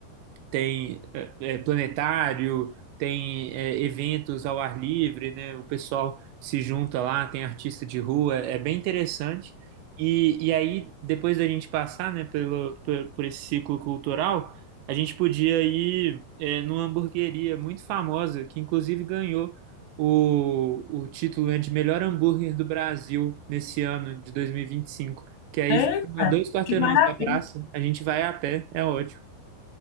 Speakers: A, on the right; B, on the left.
A: tem é, é, planetário, tem é, eventos ao ar livre, né? O pessoal se junta lá, tem artista de rua, é bem interessante. E, e aí, depois da gente passar, né, pelo, por, por esse ciclo cultural, a gente podia ir é, numa hamburgueria muito famosa, que inclusive ganhou o, o título, né, de melhor hambúrguer do Brasil nesse ano de 2025. Que aí
B: Eita,
A: fica a dois quarteirões
B: que maravilha.
A: da praça, a gente vai a pé, é ótimo.